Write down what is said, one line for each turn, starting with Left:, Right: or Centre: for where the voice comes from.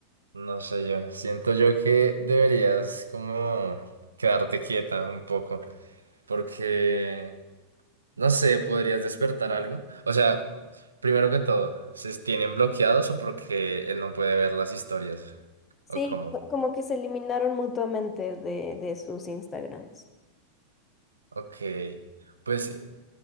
Right: no sé yo, siento yo que deberías como quedarte quieta un poco porque... No sé, ¿podrías despertar algo? O sea, primero que todo, ¿se tienen bloqueados o porque él no puede ver las historias?
Left: Sí,
Right: ¿O cómo?
Left: co- como que se eliminaron mutuamente de, de sus Instagrams.
Right: Ok. Pues